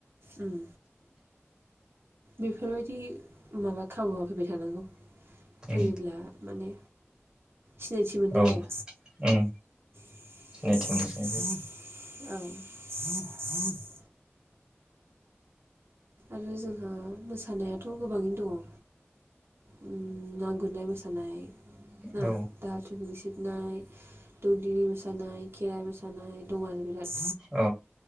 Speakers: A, on the right; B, on the right.
A: ओम, बेफोरबायदि माबा खाबुआ फैबाय थानांगौ।
B: उम
A: होयोब्ला माने सिनायथि मोनो
B: औ
A: आरो
B: उम
A: औ
B: सिनायथि मोनसिननाय जायो
A: आरो जोंहा मोसानायाथ' गोबाङैनो दङ। उम ना गुरनाय मोसानाय ना
B: औ
A: दाहाल थुंग्रि सिबनाय, दौदिनि मोसानाय खेराइ मोसानाय दं आरो बिराद
B: औ